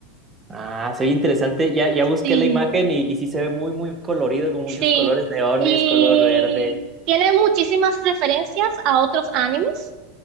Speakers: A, on the right; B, on the right.
A: Ah, se ve interesante. Ya, ya busqué
B: sí,
A: la imagen y, y sí se ve muy, muy colorido, con muchos
B: sí.
A: colores, leones,
B: Y
A: color verde.
B: tiene muchísimas referencias a otros animes.